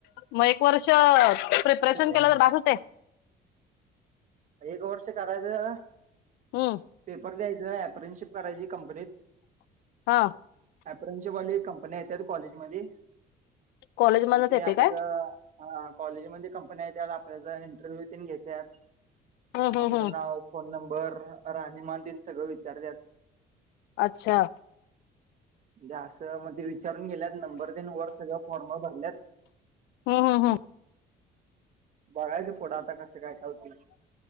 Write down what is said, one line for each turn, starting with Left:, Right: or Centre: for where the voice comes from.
Left: मग एक वर्ष प्रिपरेशन
Right: <unintelligible>
Left: केलं तर बास होते
Right: एक वर्ष करायचं-
Left: हम्.
Right: पेपर द्यायच. अप्रनशिप करायची कंपनीत-
Left: हा
Right: अप्रनशवाली कंपन्या येतात कॉलेजमध्ये
Left: कॉलेज मधनच
Right: ते
Left: येते
Right: आपलं-
Left: काय
Right: हा. कॉलेजमध्ये कंपन्या आहेत त्या आपल्याचा इंटरव्हू घेत्यात.
Left: हम्म हम्म
Right: आपलं
Left: हम्म
Right: नाव, फोन नंबर, राहणीमान तिथे सगळं विचारत्यात.
Left: अच्छा.
Right: द्या असं मग ते विचारून गेल्यात. नंबर तेन वर सगळं फॉर्म भरल्यात.
Left: हम् हम हम्.
Right: बघायचं पुढ आता कसं काय खाऊतील.